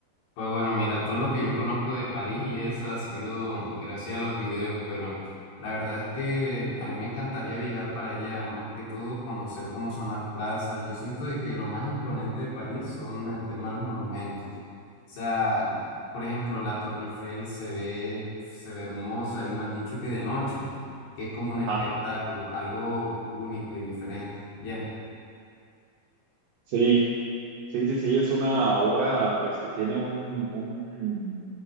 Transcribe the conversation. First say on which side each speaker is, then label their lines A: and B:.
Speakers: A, on the left; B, on the right.
A: Pues bueno, mira, todo lo que yo conozco de París y eso ha sido gracias a los videos, pero la verdad es que a mí me encantaría viajar para allá, más que todo conocer cómo son las plazas. Yo siento de que lo más imponente de París son el tema de los monumentos. O sea, por ejemplo, la Torre Eiffel se ve, se ve hermosa y me han dicho que de noche, que es como
B: Ajá,
A: un espectáculo, algo único y diferente. Ya.
B: sí. Sí, sí, sí, es una obra pues que tiene un, un,